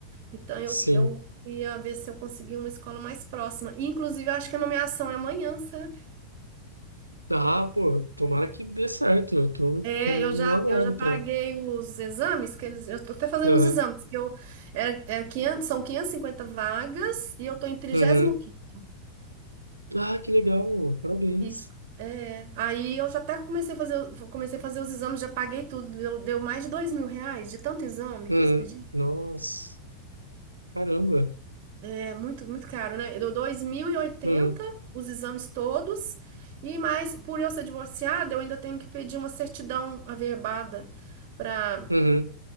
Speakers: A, on the right; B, on the right.
A: Então eu,
B: sim.
A: eu queria ver se eu conseguia uma escola mais próxima. Inclusive, eu acho que a nomeação é amanhã, sabe?
B: Ah, pô, tomara que dê certo, eu tô,
A: É,
B: tô no
A: eu já,
B: aguardo
A: eu já paguei
B: pra...
A: os exames que eles. Eu tô até fazendo
B: Aham,
A: os exames, que eu. É, é 500, são 550 vagas e eu tô em 35
B: uhum. Ah, que legal, parabéns.
A: Isso. É. Aí eu já até comecei a fazer, o- comecei a fazer os exames, já paguei tudo. Deu, deu mais de dois mil reais de tanto exame
B: Uhum.
A: que eles pediram.
B: Nossa, caramba.
A: É muito, muito caro, né? Deu dois mil e oitenta
B: Uhum.
A: os exames todos. E mais, por eu ser divorciada, eu ainda tenho que pedir uma certidão averbada para
B: Uhum.